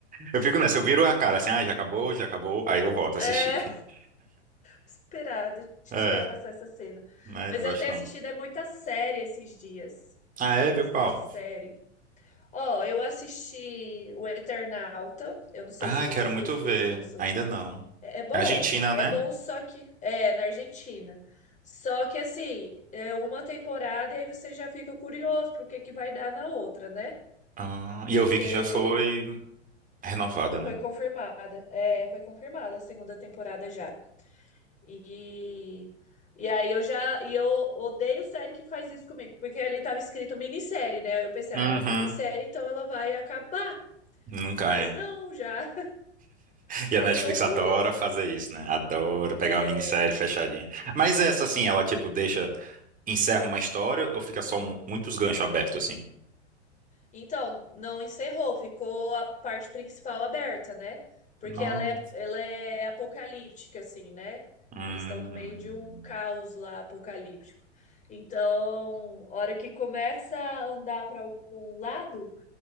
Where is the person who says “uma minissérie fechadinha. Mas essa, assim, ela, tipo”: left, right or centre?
Right